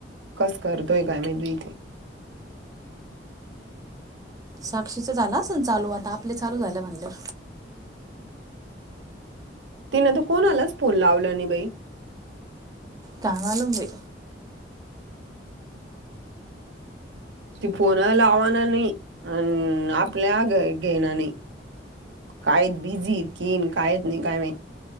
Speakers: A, on the right; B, on the right.
A: कस करतोय काय मी ईथ
B: साक्षीच झालं असन चालू आता आपले चालू झालं म्हणलेव.
A: तिने तर कोणालाच फोन लावला नाही बाई
B: काय मालूम बाई
A: ती फोन लावाना नाही अन आपल्या घ घेणा नाही कायत बिझी इतकिन काय येत नाय काय माहीत